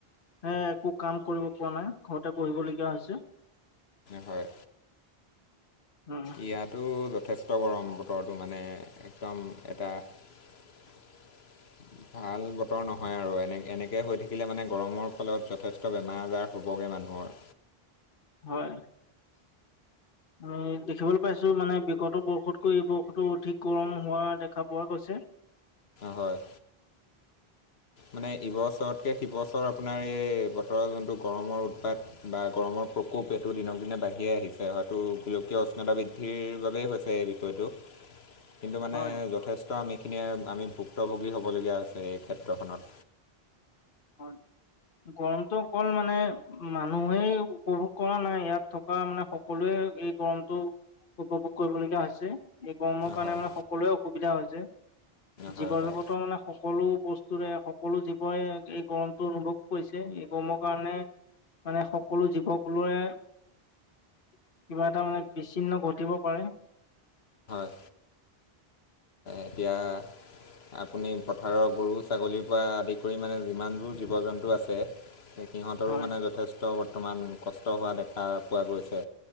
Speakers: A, on the left; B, on the left.
A: হে একো কাম কৰিব পৰা নাই, ঘৰতে পঢ়িবলগীয়া হৈছে।
B: হয়।
A: উ
B: ইয়াতো যথেষ্ট ত গৰম বতৰটো মানে একদম এটা ভাল বতৰ নহয় আৰু এনে এনেকৈ হৈ থাকিলে মানে গৰমৰ ফলত যথেষ্ট বেমাৰ আজাৰ হ'বগৈ মানুহৰ।
A: হয়। উম দেখিবলৈ পাইছো, মানে বিগত বৰ্ষতকৈ এই বৰ্ষতো অধিক গৰম হোৱা দেখা পোৱা কৈছে
B: হয়। মানে ইবছৰতকে শিৱছৰ আপোনাৰ এই বতৰৰ যোনটো গৰমৰ উৎপাত বা গৰমৰ প্ৰকোপ এইটো দিনক দিনে বাঢ়িয়ে আহিছে, হয়তো গোলকীয় উষ্ণতা বৃদ্ধিৰ বাবেই হৈছে এই বিষয়টো। কিন্তু মানে
A: হয়
B: যথেষ্ট আমিখিনিয়ে আমি ভুক্তভোগী হ'বলগীয়া হৈছে, এই ক্ষেত্ৰখনত।
A: হয়। গৰমতটো অকল মানে মানুহে উপভোগ কৰা নাই, ইয়াত থকা মানে সকলোৱে এই গৰমটো উপভোগ কৰিবলগীয়া হৈছে, এই গৰমৰ কাৰণে
B: হয়
A: মানে সকলো অসুবিধা হৈছে। জীৱ
B: হয় হয়
A: জগত মানে সকলো বস্তুৰে সকলো জীৱই গৰমতটো অনুভৱ কৰিছে, এই গৰমৰ কাৰণে মানে সকলো জীৱবোৰে কিবা এটা মানে বিচ্ছিন্ন ঘটিব পাৰে।
B: অ' এতিয়া। আপুনি পথাৰৰ গৰু, ছাগলীৰ পৰা আদি কৰি মানে যিমানবোৰ জীৱ জন্তু আছে। সিহঁতৰো
A: হয়
B: মানে যথেষ্ট বৰ্তমান কষ্ট হোৱা দেখা পোৱা গৈছে।